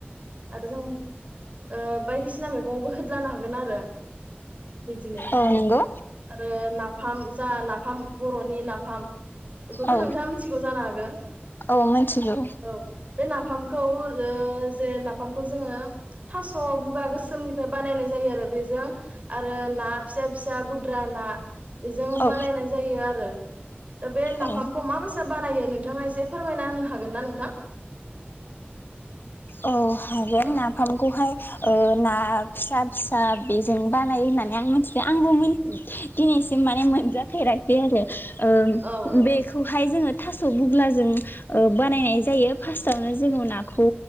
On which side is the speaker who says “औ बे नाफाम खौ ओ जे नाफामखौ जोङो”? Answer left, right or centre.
Right